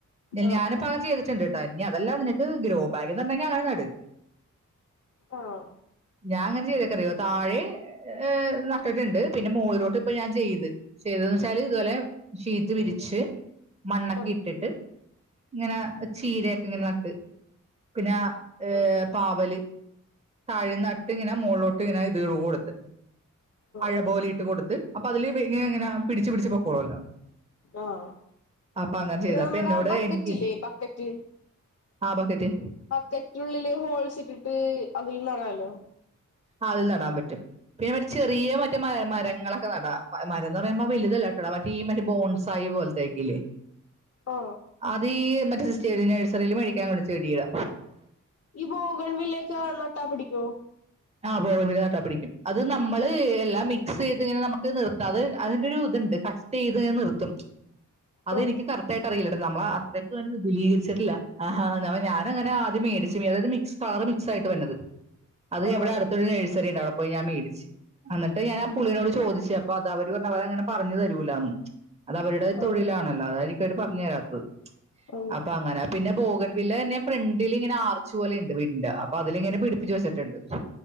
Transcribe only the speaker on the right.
ഞ-ഞാനും
പ്പ അങ്ങനെ ചെയ്തിട്ട്ണ്ട് ട്ടോ ഇനി അതല്ല നിനക്ക് ഗ്രോ ബാഗിൽ നടണെങ്കി അങ്ങനെ നട്
ഞാ ങ്ങനെ ചെയ്ത്ക്കറിയോ താഴി ഏഹ് നട്ട്ട്ട്ണ്ട് പിന്നെ മോളിലോട്ട് ഇപ്പ ഞാൻ ചെയ്ത് ചെയ്ത് ന്ന് വെച്ചാല് ഇതുപോലെ ശീറ്റ് വിരിച്ച് മണ്ണൊക്കെ
ഇട്ടിട്ട് ങ്ങന ചീരയൊക്കെ ഇങ്ങനെ നട്ട് പിന്നെ ഏഹ്
പാവല് താഴെന്നട്ട് ങ്ങനെ മോള്ളോട്ട് ങ്ങനെ ഇത് <unintelligible> കൊടുത്ത് അഴ
പോലെ ഇട്ട് കൊടുത്ത് അപ്പ അതില് വെ-ഇങ്ങന ഇങ്ങന പിടിച്ച് പിടിച്ച് പൊക്കോളല്ലോ
അപ്പ അങ്ങനെ
ചെയ്ത അപ്പ
എന്നോട്
എൻക്കെ
ആഹ് ബക്കറ്റ്
ആഹ് അതിൽ നടാൻ പറ്റും പിന്നെ മറ്റേ ചെറിയ മറ്റേ മഴ മരങ്ങളൊക്കെ നടാ പ-മരംന്നറയുമ്പോ വലുതല്ല നട മറ്റേ ഈ മറ്റേ ബോൺസ് ആയ് പോൽത്തേക്കല്ലേ
അതീ മറ്റേ <unintelligible> നഴ്സറീല് മേടിക്കാൻ ഉള്ള ചെടിയാ
ആഹ് ബോഗൻവില്ല നട്ട പിടിക്കും, അത് നമ്മള് എല്ലാം മിക്സ് ചെയ്ത് ഇങ്ങനെ നമുക്ക് നിർത്താതെ അതിന്റെ ഒരു ഇത്ണ്ട് കട്ട് ചെയ്ത്ങ്ങനെ നിർത്തും, അതെനിക്ക്
കറ റ്റായിട്ട് അറിയില്ലട്ടൊ നമ്മള അത്രക്കങ്ങട്ട് വിപുലീകരിച്ചിട്ടില്ല, ആഹ് അപ്പൊ ഞാനു അങ്ങന ആദ്യം മേടിച്ചു പിന്നെ അത് അത് മിക്സ് കളറ് മിക്സ് ആയിട്ട് വര്നത്. അത്
ഇവിടെ അടുത്തൊരു നഴ്സറി ഇണ്ട് അവിടെ പോയി ഞാൻ മേടിച്ച് അന്നിട്ട് ഞാൻ ആ
പുള്ളിനോട് ചോദിച്ച് അപ്പ അത് അവര് പറഞ്ഞു അവര് അത് അങ്ങനെ പറഞ്ഞു തരൂലാന്ന്. അത് അവരുടെ ഒരു തൊഴിലാണല്ലോ
അതായിരിക്കു അവര് പർഞ്ഞു തരാത്തത്.
അപ്പ അങ്ങനെ പിന്നെ ബോഗൻ വില്ലെ എന്നെ ഫ്രണ്ടിലിങ്ങനെ ആർച്ച് പോലെ ഇണ്ട് വീടിന്റെ അ പ്പ അതിലങ്ങനെ പിടിപ്പിച്ച് വെച്ചിട്ട്ണ്ട്.